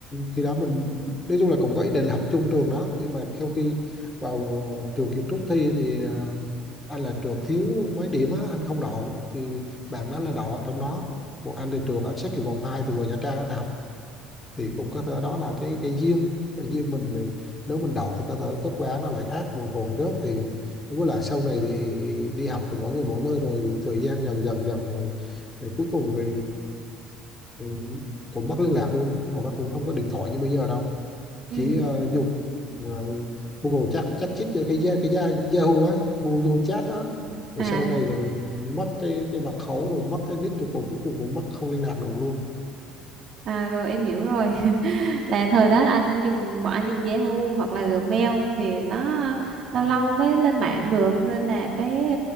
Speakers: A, on the left; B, on the right.
A: khi đó mình nói chung là cũng có ý định là học chung trường đó nhưng mà sau khi vào ờ, trường kiến trúc thi thì ờ, anh là trượt thiếu mấy điểm á anh không đậu thì bạn đó là đậu ở trong đó một anh thì trượt anh xét kỳ vòng 2 từ vừa Nha Trang anh học thì cũng có thể đó là cái cái duyên cái duyên mình thì nếu mình đậu thì có thể kết quả nó lại khác mà còn rớt thì đúng với lại sau này thì đi học thì mỗi người mỗi nơi rồi thời gian dần dần dần rồi, rồi cuối cùng thì Ừ, cũng mất liên lạc luôn hầu nó cũng không có điện thoại như bây giờ đâu
B: Ừ.
A: chỉ ờ, dùng ờ, Google chat chat chít cái cái cái cái Yahoo á Yahoo, Yahoo chat đó rồi
B: À
A: sau này rồi mất cái cái mật khẩu rồi mất cái nick rồi cũng cuối cùng cũng mất không liên lạc được luôn
B: À, rồi em hiểu rồi <laughs> là thời đó là anh dùng bọn anh dùng Yahoo hoặc là Gmail thì nó lâu
A: ừ,
B: lâu mới lên mạng được nên là cái